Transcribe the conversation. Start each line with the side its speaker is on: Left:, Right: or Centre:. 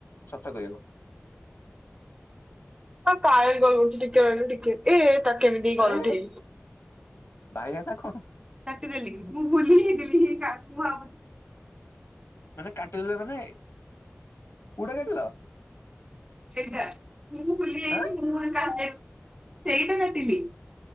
Left: ସତ କହିବ
Right: ହ କାୟ ହହୁଛି ଟିକେ ରେିଲ ଟିକେ ଏ ତା କେମିତିିଁ
Left: ଆରେ
Right: କଲଠିକ
Left: ବାଇଆ ନା କଣ
Right: କାଟିଦେଲି ମୁଁ ବୁଲି ହେ ଦେଲିିା ମୁ ଆ
Left: ମାନେ କାଟିଦେଲେ ମାନେ ଉଡ଼ା କାଟିଲ।
Right: ସେଇଟା ମୁଁ ଭୁଲି ଯାଇଛି
Left: ଆଁ
Right: ମୁଁ ସେଇଟା କାଟିଲି